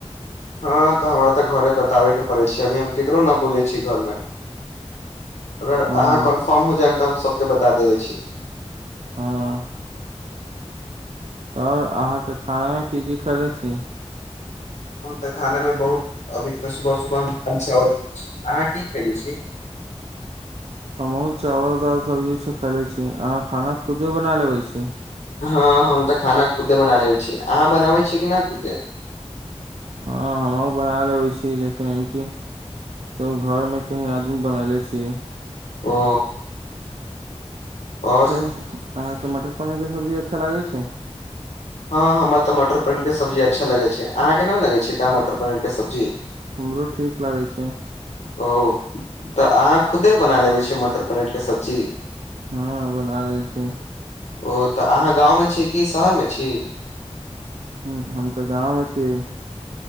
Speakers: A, on the left; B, on the right.
A: हँ तऽ हमरा तऽ घरे बताबयके पड़ै छै अभी हम ककरो नहि बोलै छी घरमे अगर
B: हँ
A: अहाँ कन्फर्म हो जायब तऽ हम के बता देबै छी
B: हँ तऽ अहाँके खानामे की की करै छी
A: हम तऽ खानामे बहुत अभी तऽ सुबह सुबहमे चावल छी अहाँ की खयलै छी
B: हममहु चावल द सब्जी खले छी अहाँ खाना खुदे बना लेबे छी
A: हँ हम तऽ खाना खुदे बना लेबै छीियै अहाँ बनाबै छियै कि नहि खुदे
B: हँ हम बना लेबै छी लेकिन कि सभ घरमे कहीँ आदमी बनयले छी
A: ओ और
B: ओ तऽ अहाँके तऽ मटर पनीरके सब्जी अच्छा लागै छै
A: हँ हमरा तऽ मटर पनीरके सब्जी अच्छा लगै छै अहाँके नहि लगै छै कहाँ मटर पनीरके सब्जी
B: हमरो ठीक लागै छै
A: ओ तऽ अहाँ खुदे बना ले छियै मटर पनीर के सब्जी
B: हँ बना लै छी
A: ओ तऽ अहाँ गाँवमे छी कि शहरमे छी
B: ह हम तऽ गाँवमे छीियै